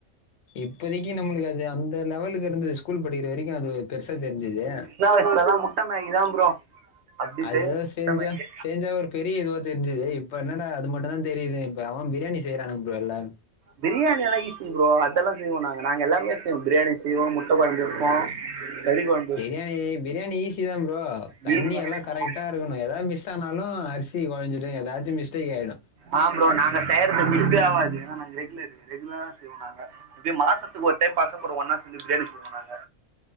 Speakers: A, on the left; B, on the right.
A: இப்பதக்கி நம்ளுக்கு அது அந்த லெவலுக்கு இருந்த ஸ் கூல் படிக்கிற வரைக்கு அது பெருசா தெரிஞ்சுது
B: க்கா வய்சுலலா முட் ட்ட மேகி தா ப்ரோ அப்டி
A: அது
B: செய்வோ
A: எதோ செஞ்சா
B: முட்ட மேகி
A: செஞ்சா ஒரு பெரிய இதுவா தெரிஞ்சுது இப்ப என்னடா அது மட்டுந்தா தெரிது இப்ப அவே பிரியாணி செய்றாங்க ப்ரோ எல்லா
B: பிரியாணியெல்லா ஈசி ப்ரோ அதெல்லா செய்வோ நா நாங்க எல்லாமே செய்வோ பிரியாணி செய்வோ முட்ட கொழம்பு வெப்போ கறிக் கொழ
A: பிரியாணி பிரியாணி ஈஸி தா ப்ரோ
B: மீன்
A: தண்ணி
B: வறுப்போ
A: எல்லா கரெக் ட்டாருக்கனு எதா மிஸ்ஸானாலு அர்சி கொழ்ஞ்சிடு எதாச்சு மிஸ்டேக்காய்டு
B: ஆ ப்ரோ நாங்க செய்றது மிஸ்ஸே ஆவாது ஏனா நாங்க ரெகுலரு ரெகுலரா செய்வோ நாங்க இப்டி மாசத்துக்கு ஒரு டைம் பசங்க கூட ஒன்னா சோந்து பிரியாணி செய்வோ நாங்க